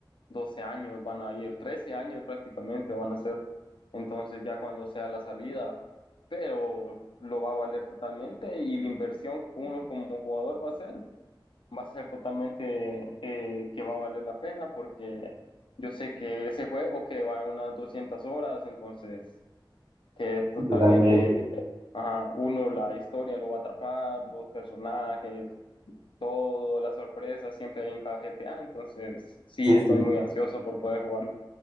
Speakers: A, on the left; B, on the right.
A: 12 años van a ir, 13 años prácticamente van a ser. Entonces ya cuando sea la salida, pero lo va a valer totalmente y la inversión que uno como jugador va a hacer va a ser totalmente eh, que va a valer la pena porque yo sé que ese juego que va a unas 200 horas, entonces que es totalmente,
B: Totalmente.
A: ajá, uno, la historia lo va a atrapar, los personajes, todo, las sorpresas siempre hay en cada GTA, entonces sí,
B: Sí,
A: estoy
B: sí,
A: muy ansioso por poder jugarlo.